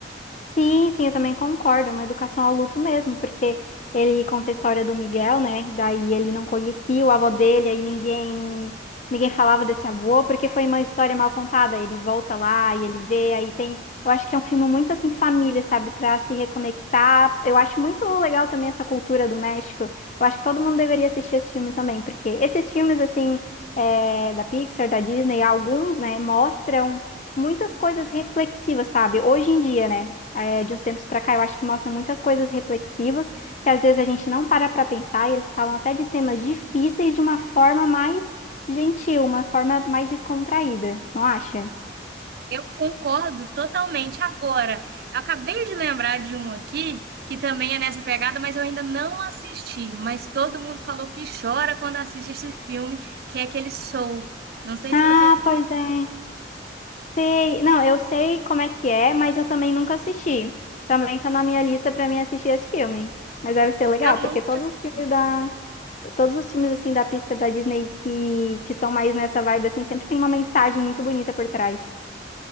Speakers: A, on the left; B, on the right.
A: Sim, sim, eu também concordo. é Uma educação ao luto mesmo, porque ele conta a história do Miguel, né? Daí ele não conhecia o avô dele, aí ninguém ninguém falava desse avô, porque foi uma história mal contada. Ele volta lá e ele vê, aí tem. Eu acho que é um filme muito assim família, sabe? Pra se reconectar. Eu acho muito legal também essa cultura do México. Eu acho que todo mundo deveria assistir esse filme também, porque esses filmes assim é, da Pixar, da Disney, alguns, né, mostram muitas coisas reflexivas, sabe? Hoje em dia, né? é, de uns tempos para cá, eu acho que mostram muitas coisas reflexivas, que às vezes a gente não para para pensar, e eles falam até de temas difíceis de uma forma mais gentil, uma forma mais descontraída, tu não acha?
B: Eu concordo totalmente. Agora, eu acabei de lembrar de um aqui que também é nessa pegada, mas eu ainda não assisti. Mas todo mundo falou que chora quando assiste esse filme, que é aquele Soul. Não sei
A: Ah,
B: se você já assistiu.
A: pois é, sei. Não, eu sei como é que é, mas eu também nunca assisti. Também tá na minha lista para mim assistir esse filme. Mas deve ser legal,
B: Eu nunca
A: porque todos
B: assisti.
A: os filmes da, todos os filmes assim da Pixar, da Disney que que são mais nessa vibe assim, sempre tem uma mensagem muito bonita por trás.